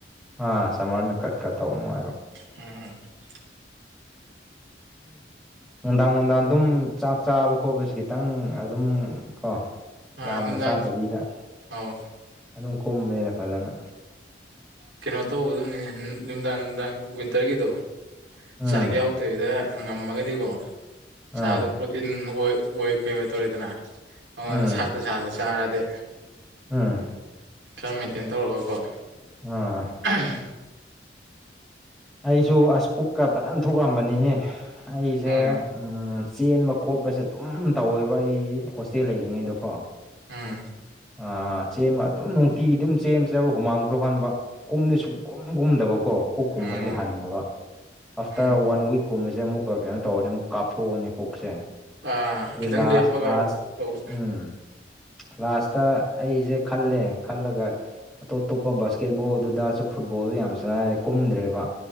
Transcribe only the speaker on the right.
<unintelligible>
ꯑꯥ
ꯅꯨꯡꯗꯥꯡ
ꯑꯧ
ꯀꯩꯅꯣ ꯇꯧꯒꯗꯝꯅꯤꯅꯦ ꯍꯝ ꯅꯨꯃꯤꯗꯥꯡ ꯅꯨꯃꯤꯗꯥꯡ ꯋꯤꯟꯇꯔꯒꯤꯗꯣ
ꯆꯥꯛ ꯌꯥꯎꯗꯕꯤꯗ ꯉꯝꯃꯒꯗꯤꯀꯣ
ꯁꯥꯗꯣ ꯄ꯭ꯔꯣꯇꯤꯟ ꯑꯣꯏ ꯑꯣꯏ ꯀꯩꯑꯣꯏ ꯇꯧꯔꯦꯗꯅ ꯑꯣꯏ
ꯁꯥꯇꯨ ꯁꯥꯗ ꯆꯥꯔꯗꯤ
ꯈꯔ ꯃꯦꯟꯇꯦꯟ ꯇꯧꯔꯒꯀꯣ
<unintelligible>
ꯎꯝ
ꯎꯝ
ꯎꯝ
ꯎꯝ
ꯑꯥ
ꯈꯤꯇꯪ
ꯂꯦꯞꯄꯒ
ꯇꯧꯕ